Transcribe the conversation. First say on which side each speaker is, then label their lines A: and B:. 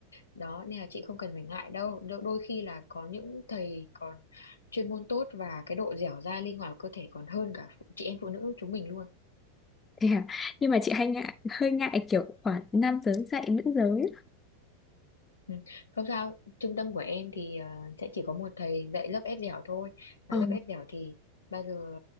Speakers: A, on the left (about 70°); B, on the left (about 20°).
A: đó nên là chị không cần phải ngại đâu đôi, đôi khi là có những thầy còn chuyên môn tốt và cái độ dẻo dai linh hoạt của cơ thể còn hơn cả chị em phụ nữ chúng mình luôn
B: Thế à? Nhưng mà chị hay ngại, hơi ngại kiểu khoản nam giới dạy nữ giới.
A: Ừ, Không sao, trung tâm của em thì ờ, sẽ chỉ có một thầy dạy lớp ép dẻo thôi.
B: Ờ.
A: Mà lớp ép dẻo thì bao giờ